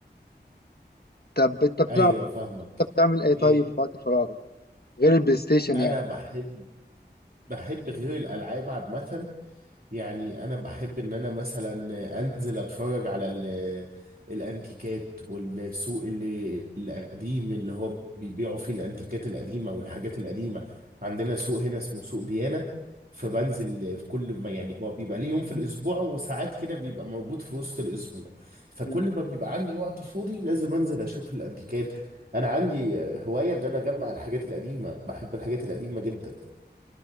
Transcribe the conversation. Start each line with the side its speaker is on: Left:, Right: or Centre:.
Left: طب انت بتلعب
Right: ايوه فاهمك
Left: انت بتعمل ايه
Right: إيه
Left: طيب في وقت فراغك غير البلاي ستيشن
Right: انا
Left: يعني
Right: بحب بحب غير الالعاب عامة يعني انا بحب ان انا مثلا انزل اتفرج على ال- الانتيكات والسوق اللي القديم اللي هو بيبيعوا فيه الانتيكات القديمه والحاجات القديمه عندنا سوق هنا اسمه سوق ديانه فبنزل في كل ما يعني هو بيبقى ليه يوم في الاسبوع وساعات كده بيبقى موجود في وسط الاسبوع فكل
Left: مم.
Right: ما بيبقى عندي وقت فاضي لازم انزل اشوف الانتيكات انا عندي هوايه ان انا اجمع الحاجات القديمه بحب الحاجات القديمه جدا